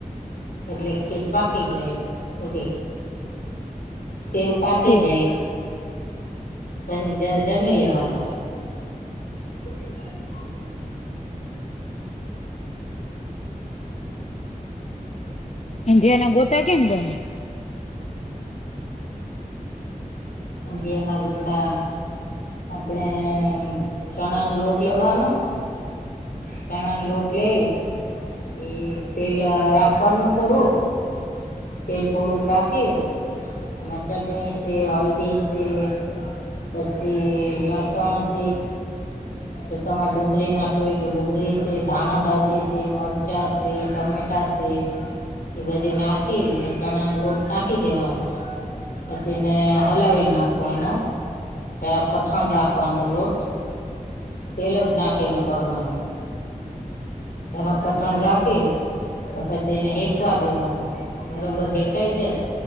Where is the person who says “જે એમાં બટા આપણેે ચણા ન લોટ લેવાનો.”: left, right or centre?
Left